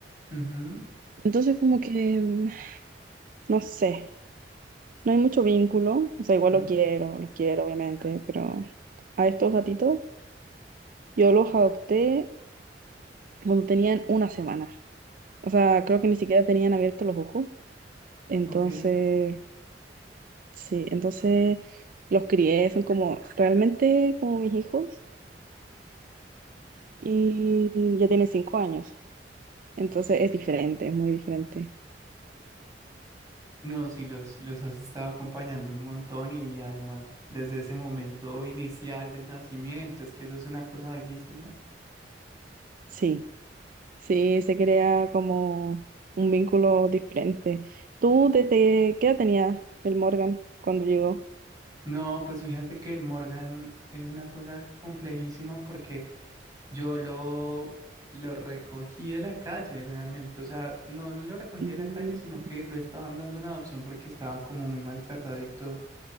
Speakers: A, on the right; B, on the right.
A: ujú,
B: Entonces como que, mm, no sé, no hay mucho vínculo. O sea, igual
A: mm,
B: lo quiero, lo quiero obviamente, pero a estos gatitos Yo los adopté cuando tenían una semana. O sea, creo que ni siquiera tenían abiertos los ojos. Entonces,
A: ok.
B: sí, entonces los crié, son como realmente como mis hijos y ya tienen cinco años. Entonces es diferente, es muy diferente.
A: No, sí, los, los has estado acompañando un montón y además desde ese momento inicial del nacimiento, es que eso es una cosa bellísima.
B: Sí, sí, se crea como un vínculo diferente. ¿Tú desde qué edad tenía el Morgan cuando llegó?
A: No, pues fíjate que el Morgan es una cosa complejísima porque yo lo, lo recogí de la calle realmente. O sea, no lo recogí
B: Mm,
A: de la calle, sino que lo estaban dando una adopción porque estaba como muy maltratadito.